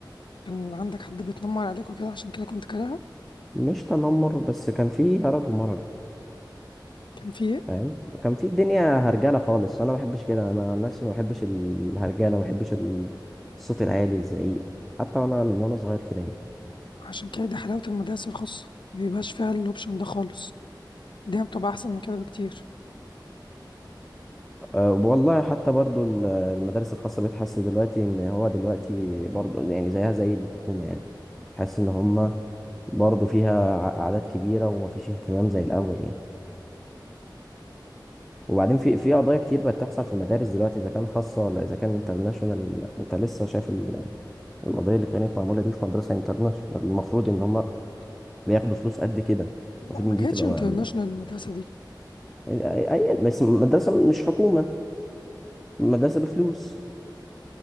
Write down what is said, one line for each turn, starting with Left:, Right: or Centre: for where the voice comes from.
Left: كان عندك حد بيتنمر عليك وكده عشان كده كنت كارهها
Centre: مش تنمر بس كان في هرج ومرج
Left: كان في إيه؟
Centre: فاهم كان في الدنيا هرجلة خالص انا ما بحبش كده انا عن نفسي ما بحبش ال- الهرجلة ما بحبش ال- الصوت العالي الزعيق حتى وانا من وانا صغير كده يعني
Left: عشان كده دي حلاوة المدارس الخاصة مبيبقاش فيها الأوبشن ده خالص دي بتبقى أحسن من كده بكتير
Centre: أه والله حتى برضو ال- المدارس الخاصة بقيت حاسس دلوقتي ان هو دلوقتي برضو يعني زيها زي الحكومة يعني حاسس ان هما برضو فيها ع- اعداد كبيرة ومفيش اهتمام زي الاول يعني وبعدين في في قضايا كتير بقت تحصل في المدارس دلوقتي اذا كان خاصه ولا اذا كان انترناشونال انت لسه شايف ال- القضيه اللي كانت معموله دي في مدرسه انترناشونال المفروض ان هم بياخدوا فلوس قد كده
Left: لا
Centre: المفروض
Left: ما
Centre: ان
Left: كانتش
Centre: دي تبقى
Left: انترناشونال
Centre: ما ما
Left: المدرسة دي
Centre: يعني اي أي- بس مدرسه مش حكومه مدرسه بفلوس